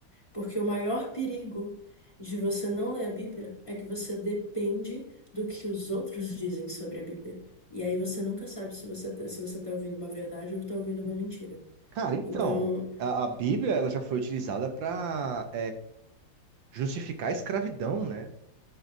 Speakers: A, on the left (about 15°); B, on the right (about 75°).
A: Porque o maior perigo de você não ler a Bíblia é que você depende do que os outros dizem sobre a Bíblia. E aí você nunca sabe se você tá, se você está ouvindo uma verdade ou está ouvindo uma mentira.
B: Cara, então,
A: Então,
B: a, a Bíblia ela já foi utilizada para justificar a escravidão, né?